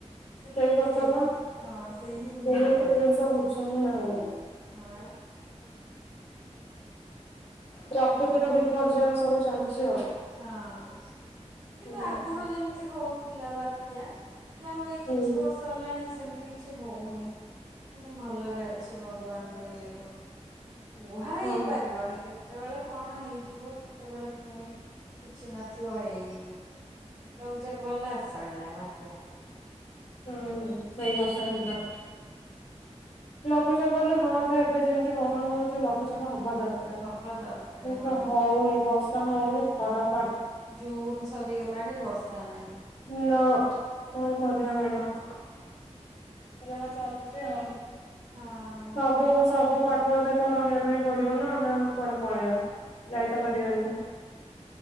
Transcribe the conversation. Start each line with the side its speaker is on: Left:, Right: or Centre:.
Right: ସେ
Left: କେହି କଥା
Right: ସେ
Left: ବା
Right: ହିଁ ହଁ ସେ ହିଁ
Left: କେହି
Right: ଜାଣେ
Left: ସେ ଜିନିଷ ବୁଝୁ ହିଁ ନାହାନ୍ତି
Right: ହଁ
Left: ପ୍ରକୃତିର ବିପର୍ଯ୍ୟୟ ସବୁ ଚାଲିଛି। ଆଉ।
Right: ହଁ କିନ୍ତୁ
Left: ହୁଁ
Right: ଆଗରୁ ଯେମିତି ହଉଥିଲା ବା ତ <unintelligible> ଯାହା ହଉ ଏ
Left: ହୁଁ
Right: କିଛି ବର୍ଷ ହେଲାଣି ସେମିତି କିଛି ହଉନି। ମାନେ ଭଲରେ ଅ ଅଛି ଭଗବାନଙ୍କ ଇଏରୁ କୁହା
Left: ହଁ।
Right: ହେଇପାରିବନି କେତେ? କେତେବେଳେ କଣ ହେଇଯିବ କେତେବେଳେ ପୁଣି କିଛି ନଥିବ ଏଇ ଲଘୁଚାପ ହେଲା ସରିଲା ବାତ୍ୟା।
Left: ହୁଁ। ସେଇ କଥା ହିଁ ତ। ଲଘୁଚାପ ହେଲେ ହୁଅନ୍ତା ଏବେ ଯେମିତି ଗରମ ହଉଛି ଲଘୁଚାପ ହବା ଦର
Right: ହବା ଦରକାର
Left: ସେ
Right: ହଁ
Left: ତ ହଉନି ବର୍ଷା। ହ ଖରାପ
Right: ଜୁନ ସରିଗଲାଣି ବର୍ଷା ନହିଁ।
Left: ନା କଣ କରିବା ମ୍ୟାଡ଼ାମ। ଯାହା ଚାଲିଛି ଆଉ।
Right: ହଁ
Left: ସବୁ ସବୁ ପର୍ବରେ ତ ରହିବା ପାଇଁ ପଡିବ ନା ଆମେ ଆଉ କୁଆଡ଼େ ପଳେଇବା ଯାଇତ ପାରିବାନି।
Right: ହଁ ବା